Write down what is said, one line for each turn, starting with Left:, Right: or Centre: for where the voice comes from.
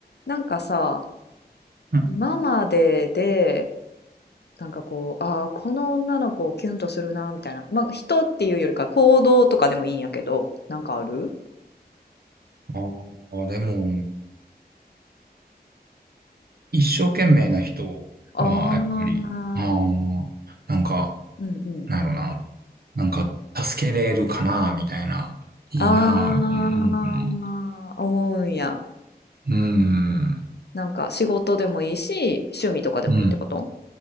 Left: なんかさ、
Right: うん。
Left: 今までで、なんかこう、ああ、この女の子をキュンとするな、みたいな。まあ、人っていうよりか行動とかでもいいんやけど、なんかある
Right: ああ、でも、一生懸命な人は、
Left: ああー、
Right: やっぱり、ああ、なんか、
Left: うんうん。
Right: なんやろな、なんか、助けれるかな、みたいな、いいな、
Left: ああ、
Right: みたいな思うかな。
Left: 思うんや。
Right: うーん。
Left: なんか仕事でもいいし、趣味とかでもいいってこと
Right: うん。